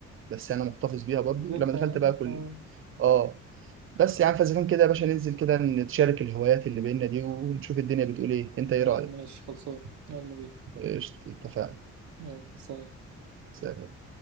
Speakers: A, on the right; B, on the right.
A: بس أنا محتفظ بيها برضو
B: ذكرى
A: لما دخلت
B: يعني
A: بقى كل
B: اه
A: آه بس يا عم فإذا كان كده يا باشا ننزل كده نتشارك الهوايات اللي بينا دي ونشوف الدنيا بتقول إيه أنت إيه
B: يا
A: رأيك؟
B: عم ماشي خلصان يلا بينا
A: قشطة اتفقنا
B: يلا سلام
A: سلام.